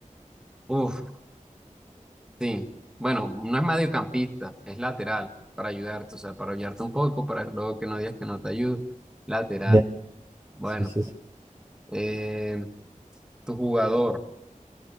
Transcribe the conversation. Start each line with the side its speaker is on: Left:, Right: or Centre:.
Centre: Uf, Sí, bueno, no es mediocampista, es lateral para ayudarte, o sea, para ayudarte un poco, para luego que no digas que no te ayudo. Lateral,
Right: Ya.
Centre: bueno,
Right: Sí, sí, sí.
Centre: eh, tu jugador,